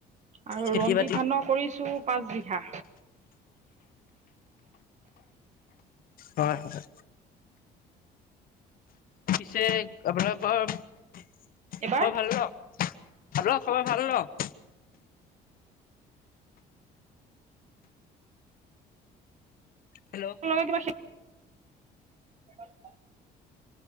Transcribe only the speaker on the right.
আৰু
ৰঞ্জিত
ধানৰ কৰিছো পাঁচ বিঘা।
এইবাৰ
কিবা কিবা সেই। অ।